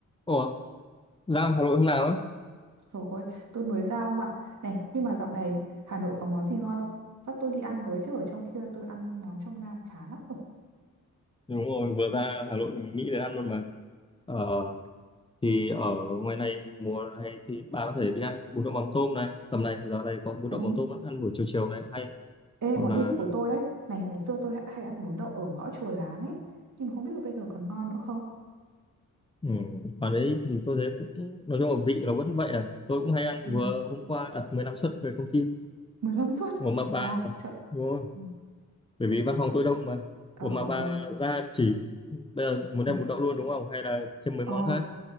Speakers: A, on the left; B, on the right.
A: Ủa, ra Hà Nội hôm nào á?
B: Trời ơi, tôi mới ra ông ạ. Này, nhưng mà dạo này Hà Nội có món gì ngon không? Dắt tôi đi ăn với chứ ở trong kia tôi ăn món trong Nam chán lắm rồi.
A: Đúng rồi, vừa ra Hà Nội mình nghĩ đến ăn luôn mà. Ờ, thì ở ngoài này mùa này thì bà có thể đi ăn bún đậu mắm tôm này. Tầm này, giờ này có bún
B: Ồ,
A: đậu mắm tôm ăn buổi chiều chiều này hay.
B: Ê,
A: Hoặc
B: món
A: là
B: yêu thích của tôi đấy. Này, ngày xưa tôi hay hay ăn bún đậu ở ngõ Chùa Láng ấy. Nhưng mà không biết là bây giờ còn ngon nữa không?
A: ừ, bà đấy thì tôi thấy cũng, nói chung là vị nó vẫn vậy à. Tôi cũng hay ăn,
B: ừ,
A: vừa hôm qua đặt 15 suất về công ty.
B: Mười lăm suất.
A: Ủa mà bà,
B: À, chợ...
A: đúng rồi,
B: ừ.
A: bởi vì văn phòng tôi đông mà.
B: Ờ,
A: Ủa mà
B: ờ,
A: bà
B: ờ.
A: ra chỉ, bây giờ muốn
B: <laughs>
A: ăn bún đậu luôn đúng không? Hay là thêm mấy
B: Ờ,
A: món khác?